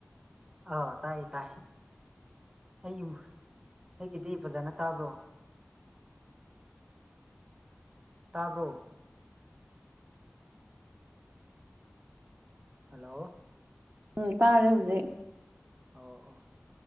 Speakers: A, on the right (about 20°); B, on the right (about 50°).
A: ꯑꯥ ꯇꯥꯏꯌꯦ ꯇꯥꯏ ꯑꯩ ꯑꯩꯒꯤꯗꯤ ꯐꯥꯖꯅ ꯇꯥꯕ꯭ꯔꯣ? ꯇꯥꯕ꯭ꯔꯣ? ꯍꯜꯂꯣ
B: ꯎꯝ ꯇꯥꯔꯦ ꯍꯨꯖꯤꯛ
A: ꯑꯣ ꯑꯣ